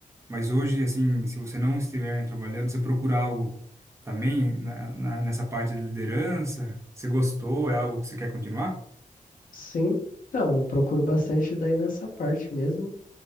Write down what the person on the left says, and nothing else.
Sim, então, eu procuro bastante daí nessa parte mesmo.